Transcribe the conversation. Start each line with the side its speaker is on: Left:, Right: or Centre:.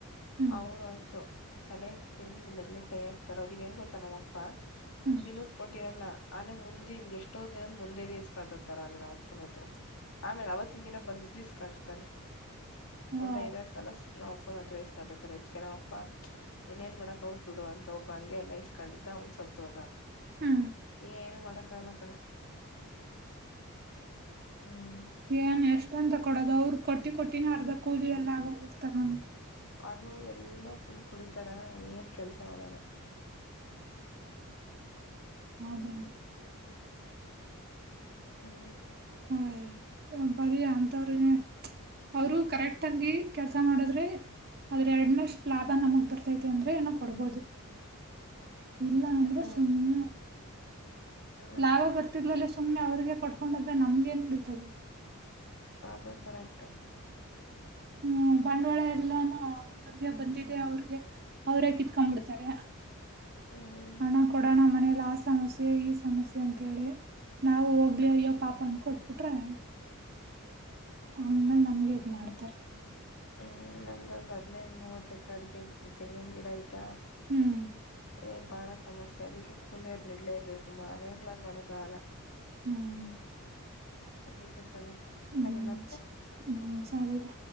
Right: ಹ್ಮ್
Left: ಅವರಂತು ತಲೆ ತಿಿಂದ ಮೆದಳೀಗ್ ಕೈ ಹಾಕ್ತಾರ ಅವ್ರಿಗೆ ಹೆಂಗ ಗೊತ್ತ ನಮ್ಮಪ್ಪಾ
Right: ಹ್ಮ್
Left: ದಿನದ್ ಕೊಟ್ಟಿರಲ್ಲ ಅಲ್ಲ ಮುಂದೆಿಂದ ಎಷ್ಟೋ ದಿನದ ಮುಂದೆದ ಇಸ್ಕೊಂಡಿರ್ತಾರ ಅಲ್ಲ ನಮ್ಮ ಅಪ್ಪ ಅಪ್ಪನ ಹತ್ರ ಆಮೇಲೆ ಅವತ್ತಿನ ದಿನ ಬಂದಿದ್ದು ಇಸ್ಕೊಂಡರ್ತಾನ
Right: ಆ
Left: ಒಂದ್ ಐದ್ರ್ ಸಲ ನಾವ್ ಅಪ್ಪನ ಹತ್ರ ಇಸ್ಕೊಂಡಿರ್ತಾರೆ ಹೆಚ್ಕ ನಾವ್ಪ್ಪ ಇನ್ೇನ್ ಮಾಡಕ್ ಹದ್ ಬಿಡು ಅಂತ ಒಬ್ಬ ಹಂಗೆ ಎಲ್ಲಾ ಇಸ್ಕೊಂಡಿದ್ದ ಅವನ್ ಸತ್ತೋದ
Right: ಹ್ಮ
Left: ಏನು ಮಾಡಕ್ಕಾಗಲ್ಲ ಕನೆ ಹ್ಮ್
Right: <unintelligible> <unintelligible> ಅಂತ ಕೊಡದ ಅವ್ರು ಕೊಟ್ಟಿ ಕೊಟ್ಟ ದಿನ ಅರ್ಧ ಕೂಲಿಿ ಎಲ್ಲ ಆಗ ಹೋಗಿರ್ತ ನಮ್ಗೆ
Left: ಅದು ಎಲ್ಲಾ ಫುಲ್ ಕುಡಿತಾರ ಏನ್ ಕೆಲ್ಸ ಮಾಡೋದ್
Right: ಮದನೆ
Left: ಹ್ಮ್
Right: ಹ್ ಬರಿ ತನ <inaudible> ಅವರು ಕರೆಕ್ಟ್ ಆಂಗಿ ಕೆ ಕೆಲಸ ಮಾಡದ್ರೆ ಆದದ್ರೆರಡ್ನಷ್ಟು ಲಾಭ ನಮಗ್ ಬರ್ತೈತಿ ಅಂದ್ರೆ ಏನೋ ಕೊಡ್ಬೋದು ಇಲ್ಲಾಂದ್ರೆ
Left: ಹ್ಮ್
Right: ಸುಮ್ನೆ
Left: ಹ್ಮ್
Right: ಲಾಭ ಬರ್ತಿಗಳೇ ಸುಮ್ನೆ ಅವ್ರಿಗೆ ಕೊಡ್ಕೊಂಡಾದ್ರೆ ನಮ್ಗೆ ಏನ್ ಬಿಡದೆ
Left: ಅದು ಕರೆಕ್ಟೇ
Right: ಹ್ಮ್ ಬಂಡವಾಳ ಎಲ್ಲಾನ ಅವ್ರಗೆ ಬಂದಿದೆ ಅವ್ರಿಗೆ ಅವ್ರೇ ಕಿತ್ಕೊಂಬಿಡ್ತಾರೆ
Left: ಹ್ಮ್
Right: ಹಣ ಕೊಡೋಣ ಮನೇಲಿ ಆ ಸಮಸ್ಯೆ ಈ ಸಮಸ್ಯೆ ಅಂತೇಳಿ ನಾವು ಹೋಗ್ಲಿ ಅಯ್ಯೋ ಪಾಪ ಅಂದ ಕೊಟ್ಬಿಟ್ರೆ.
Left: ಹ
Right: ಆಮೇಲೆ ನಮ್ಗೆ ಇದ ಮಾಡ್ತಾರೆ <unintelligible>
Left: ಹ್ಮ್ ನಮ್ದ ಒಂದ್ ಹೆಡ್ನೈಡು ಮೂವತ್ ಎಕ್ರ ಅಡಿಕ ತೆಂಗಿನ ಗಿಡ ಆಯ್ತಾ
Right: ಹ್ಮ್
Left: ಏ ಬಾಳ ಸಮಸ್ಯೆ ಅದಕ್ಕೆ ಕೂಲಿಯರ್ ನಿಡ್ಲೇಬೇಕುಮ್ಮ ಮನೆಗ್ಗಳಾರ ಮಾಡಕಲ್ಲ
Right: ಹ್ಮ್
Left: ಅದಿಕ್ಕೆ ಕಣೆ
Right: ಹ್ಮ್
Left: ಸರಿ ಮತ್ತೆ
Right: ಹ್ಮ್ ಸರಿ ರ